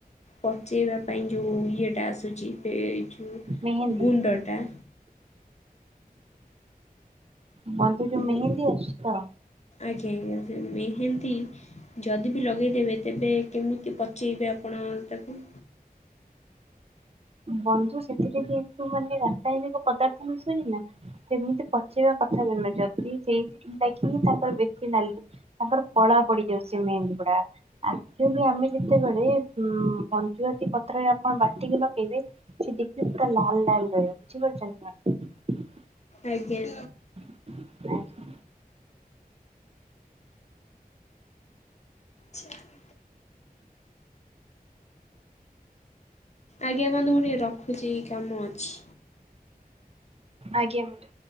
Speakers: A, on the left; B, on the right.
A: ପଚେଇବା ପାଇଁ ଯୋଉ ଇଏଟା ଆସୁଛି ଯୋଉ
B: ମେହେନ୍ଦୀ
A: ଗୁଣ୍ଡଟା।
B: ମ ତୁ ଯଉ
A: ଗୁ
B: ମେହେନ୍ଦି ଆଛି ତ।
A: ଆଜ୍ଞା, ଆଜ୍ଞା, ମେହେ ଯଦି ବି ଲଗେଇଦେବେ ତେବେ କେମିତି ପଚେଇବେ ଆପଣ ତାକୁ?
B: ବନ୍ଧୁ ସେଥିରେ ଯେହେତୁ ମାନେ ରାସାୟନିକ ପଦାର୍ଥ ମିଶୁଛିି ନା? ସେମିତି ପଚେଇବା କଥା ନୁହେଁ, ଯଦି ସେଇଥି ଲାଗି ହିଁ ତାଙ୍କର ବେଶୀ ନାଲି। ତାପରେ କଳା ପଡି ଯାଉଛି ମେହେନ୍ଦୀ ଗୁଡା। ଆକଚୋଲି ଆମେ ଯେତେବେଳେ ଉଁ ମଞ୍ଜୁଆତି ପତ୍ର ଆପଣ ବାଟିକି ଲ ଇବେ ସେ ଦେଖିବେ ପୁରା ଲାଲ ଲାଲ ରହିବ ବୁଝିପାରୁଚନ୍ତି ନା?
A: ଆଜ୍ଞା।
B: <inaudible>
A: ଚିକେନ। ଆଜ୍ଞା ବନ୍ଧୁ ମୁଁ ଟିକେ ରଖୁଚି କାମ ଅଛି।
B: ଆଜ୍ଞା ମ୍ୟାଡା